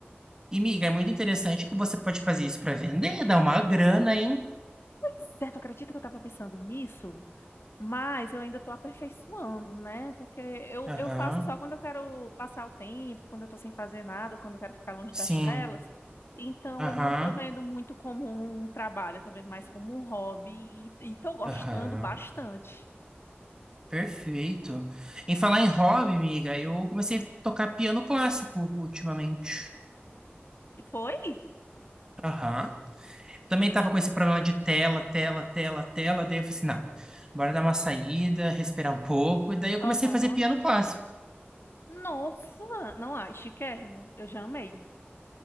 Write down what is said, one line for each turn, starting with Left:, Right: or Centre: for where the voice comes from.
Right: E, miga, é muito interessante que você pode fazer isso para vender, dar uma grana, hein?
Left: Pois é, tu acredita que eu tava pensando nisso? Mas eu ainda tô aperfeiçoando, né? Porque eu,
Right: Aham,
Left: eu faço só quando eu quero passar o tempo, quando eu tô sem fazer nada, ou quando eu quero ficar longe
Right: sim,
Left: das telas. Então
Right: aham,
Left: eu não tô vendo muito como um trabalho, eu tô vendo mais como um hobby e, e tô gostando
Right: aham.
Left: bastante.
Right: Perfeito. Em falar em hobby, miga, eu comecei a tocar piano clássico ultimamente.
Left: E foi?
Right: Aham. Também estava com esse problema de tela, tela, tela, tela. Daí eu falei assim, não, bora dar uma saída, respirar um pouco. E daí eu comecei
Left: Aham.
Right: a fazer piano clássico.
Left: Nossa, não, ai, chiquérrimo. Eu já amei.